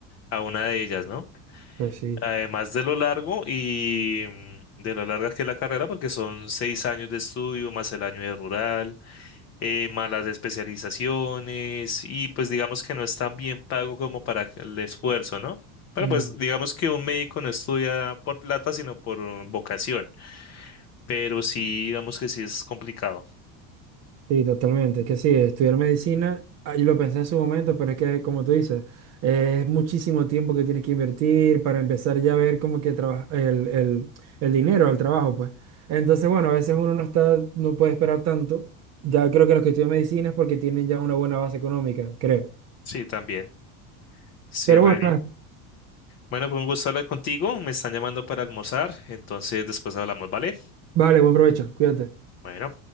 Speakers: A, on the left; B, on the right.
A: a una de ellas, ¿no?
B: pues sí.
A: Además de lo largo y mm, de lo larga que es la carrera, porque son seis años de estudio, más el año de rural, eh, más las especializaciones, y pues digamos que no es tan bien pago como para el esfuerzo, ¿no? Pero
B: Mm,
A: pues digamos que un médico no estudia por plata, sino por mm, vocación, pero sí, digamos que sí es complicado.
B: sí, totalmente. Que sí, estudiar medicina, ah, yo lo pensé en su momento, pero es que, como tú dices, eh, es muchísimo tiempo que tienes que invertir para empezar ya a ver como que traba- el, el, el dinero al trabajo, pues. Entonces, bueno, a veces uno no está, no puede esperar tanto. Ya creo que los que estudian medicina es porque tienen ya una buena base económica, creo.
A: Sí, también. Sí,
B: Pero
A: re
B: bueno.
A: bien. Bueno, pues un gusto hablar contigo. Me están llamando para almorzar, entonces después hablamos, ¿vale?
B: Vale, buen provecho, cuídate.
A: Bueno.